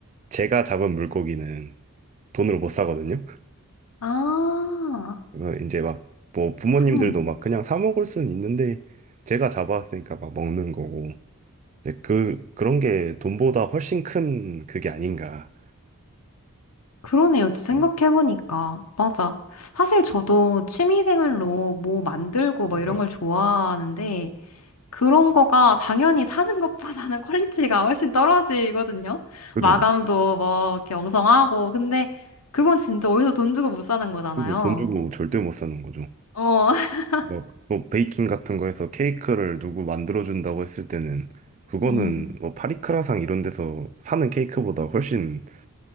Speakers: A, on the right; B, on the left.
A: 제가 잡은 물고기는 돈으로 못 사거든요.
B: 아,
A: 그래서 이제 막 뭐 부모님들도
B: 그러네.
A: 막 그냥 사 먹을 수는 있는데 제가 잡아왔으니까 막 먹는 거고 이제 그 그런 게 돈보다 훨씬 큰 그게 아닌가.
B: 그러네요. 또 생각해보니까.
A: 음,
B: 맞아. 사실 저도 취미생활로 뭐 만들고 뭐 이런
A: 네.
B: 걸 좋아하는데, 그런 거가 당연히 사는 것보다는 <laughs> 퀄리티가 훨씬 떨어지거든요.
A: 그죠.
B: 마감도 뭐 이렇게 엉성하고. 근데 그건 진짜 어디서 돈 주고 못 사는 거잖아요.
A: 그죠. 돈 주고 절대 못 사는 거죠.
B: 어. <laughs>
A: 뭐, 뭐 베이킹 같은 거 해서 케이크를 누구 만들어 준다고 했을 때는 그거는
B: 음.
A: 뭐 파리크라상 이런 데서 사는 케이크보다 훨씬